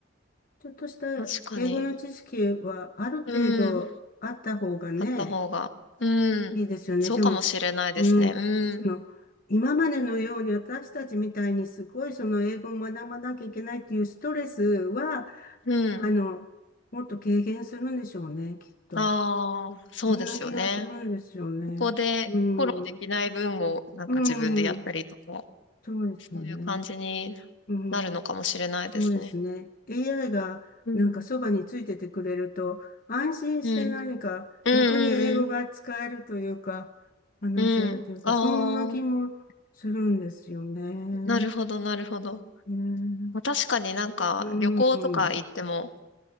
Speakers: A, on the left; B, on the left.
A: ちょっとした英語の知識はある程度あった方がね、
B: 確かに。うん、あった方が。うん、
A: いいですよね。
B: そうかもしれないですね。
A: でも、うん、
B: うん、
A: その、今までのように私たちみたいにすごいその英語を学ばなきゃいけないっていうストレスは、
B: うん。
A: あの、もっと軽減するんでしょうね、きっと。
B: ああ、そうですよね。
A: そんな気がするんですよね。
B: ここでフォローできない分をなんか自分でやったりとか、
A: うん、うん、そうですよね。
B: そういう感じに
A: うん
B: なるのかもしれないですね。
A: そうですね。AI がなんかそばについててくれると、
B: うん、
A: 安心して何か逆に英語が使えるというか、
B: うん、うん、うん、うん。
A: 話せるというか、
B: うんああ、
A: そんな気もするんですよね。
B: なるほど、なるほど。
A: うん。
B: まあ確かになんか旅行とか行っても
A: うん。